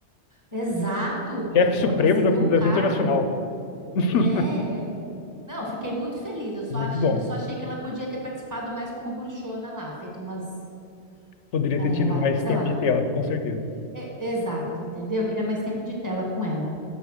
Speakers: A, on the right; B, on the left.
A: exato, porque
B: Chefe supremo
A: ela conseguiu
B: da comunidade
A: o cargo.
B: internacional. <laughs>
A: É, é. Não, eu fiquei muito feliz. Eu só
B: Muito
A: achei,
B: bom.
A: eu só achei que ela podia ter participado mais como bruxona lá, feito umas.
B: Poderia
A: é,
B: ter tido mais
A: sei
B: tempo
A: lá.
B: de tela, com certeza.
A: É, exato, entendeu? Eu queria mais tempo de tela com ela.